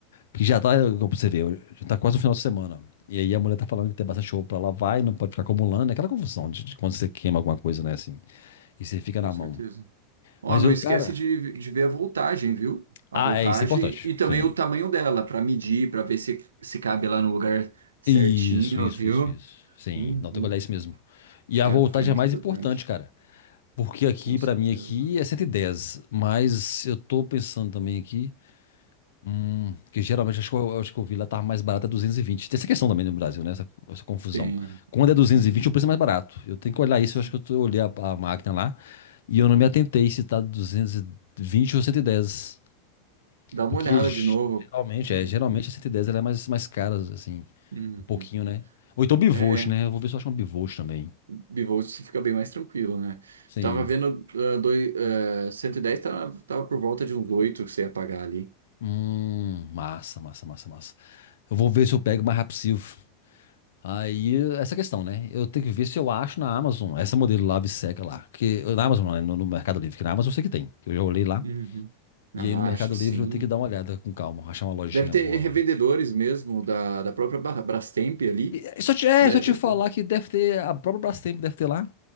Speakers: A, on the left; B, on the right.
A: Que já tá, como você vê, já tá quase no final de semana. E aí a mulher tá falando que tem bastante show pra lá, vai, não pode ficar acumulando. É aquela confusão de, de quando você queima alguma coisa, né, assim. E você fica na
B: Com certeza.
A: mão.
B: Ó,
A: Mas
B: não
A: eu,
B: esquece
A: cara.
B: de, de ver a voltagem, viu? A
A: Ah,
B: voltagem
A: é, isso é importante.
B: e também
A: Sim.
B: o tamanho dela, para medir, para ver se, se cabe lá no lugar certinho,
A: Isso, isso,
B: viu?
A: isso, isso. Sim,
B: Uhum.
A: não tem que olhar isso mesmo. E a
B: É,
A: voltagem
B: porque é muito
A: é mais
B: importante,
A: importante, cara. Porque aqui,
B: com certeza.
A: pra mim, aqui é cento e dez Mas eu tô pensando também aqui. Hum, que geralmente acho que eu, acho que eu vi lá tava mais barato é 220. Tem essa questão também no Brasil, né? Essa, essa confusão.
B: Tem,
A: Quando é 220,
B: tem.
A: o preço é mais barato. Eu tenho que olhar isso,
B: sim.
A: eu acho que eu, tô- eu olhei a, a máquina lá e eu não me atentei se tá 220 ou 110.
B: Dá uma
A: Porque
B: olhada
A: geralmente,
B: de novo.
A: é, geralmente
B: Uhum.
A: a 110 ela é mais, mais cara, assim,
B: Uhum.
A: um pouquinho, né? Ou então bivolt,
B: É,
A: né? Eu vou ver se eu acho uma bivolt também.
B: bivolt você fica bem mais tranquilo, né?
A: Sim.
B: Tava vendo, ah, dois, ah, 110 tava, tava por volta de uns 8 que você ia pagar ali.
A: Hum, massa, massa, massa, massa. Eu vou ver se eu pego mais rápido possível. Aí, essa questão, né? Eu tenho que ver se eu acho na Amazon essa modelo lá, Biseca lá. Que, na Amazon, não, né? no, no Mercado Livre, que na Amazon eu sei que tem, que eu já olhei lá.
B: Uhum.
A: E
B: Ah,
A: aí no Mercado
B: acho que
A: Livre
B: sim.
A: eu tenho que dar uma olhada com calma, achar uma lojinha
B: Deve ter
A: boa
B: revendedores
A: lá.
B: mesmo da, da própria Ba- Brastemp ali,
A: E, e só te, é,
B: né?
A: só te
B: Deve
A: falar
B: ter.
A: que deve ter, a própria Brastemp deve ter lá.